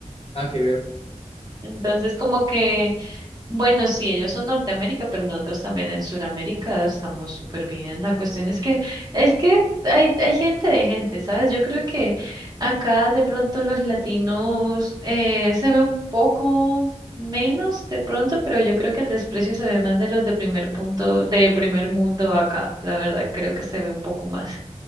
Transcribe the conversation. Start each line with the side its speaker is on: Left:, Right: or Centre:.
Left: nada que ver.
Right: Entonces, como que Bueno, sí, ellos son Norteamérica, pero nosotros también en Sudamérica estamos súper bien. La cuestión es que, es que hay, hay gente de gente, ¿sabes? Yo creo que acá de pronto los latinos eh, se ve un poco menos de pronto, pero yo creo que el desprecio se ve más de los de primer punto, de primer mundo acá. La verdad, creo que se ve un poco más.